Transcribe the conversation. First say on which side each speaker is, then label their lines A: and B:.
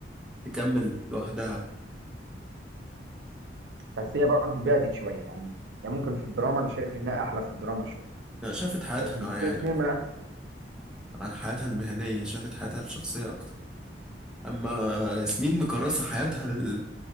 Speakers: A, in the centre; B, on the right.
A: تكمل لوحدها
B: بس هي برضو بعدت شوية يعني يعني ممكن في الدراما أنا شايف إنها أحلى في الدراما شوية
A: لا، شافت حياتها
B: لكن
A: يعني
B: السينما
A: أكتر عن حياتها المهنية شافت حياتها الشخصية أكتر أما ياسمين مكرسة حياتها لل-